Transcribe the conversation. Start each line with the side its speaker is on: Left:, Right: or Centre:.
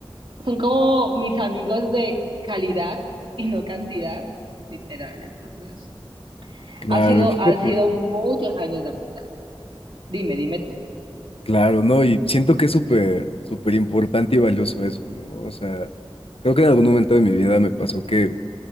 Right: son como mis amigos de calidad y no cantidad, literal, entonces.
Left: Claro,
Right: Ha sido,
Left: y fíjate.
Right: han sido muchos años de amistad. Dime, dime tú.
Left: Claro, no, y siento que es súper, súper importante y valioso eso, ¿no? O sea, creo que en algún momento de mi vida me pasó que